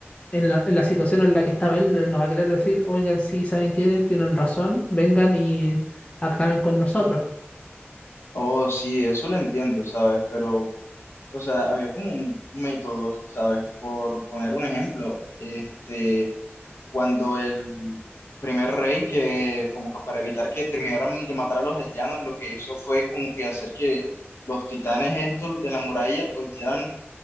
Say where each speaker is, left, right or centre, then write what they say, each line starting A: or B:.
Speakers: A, on the left; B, on the left.
A: en la, en la situación en la que estaba él, él no va a querer decir, oigan, sí, ¿saben qué? Tienen razón, vengan y acaben con nosotros.
B: Oh, sí, eso lo entiendo, ¿sabes? Pero O sea, había como un método, ¿sabes? Por poner un ejemplo, este, cuando el primer rey que, como que para evitar que terminaran de matar a los aldeanos, lo que hizo fue como que hacer que los titanes estos de la muralla, pues hicieran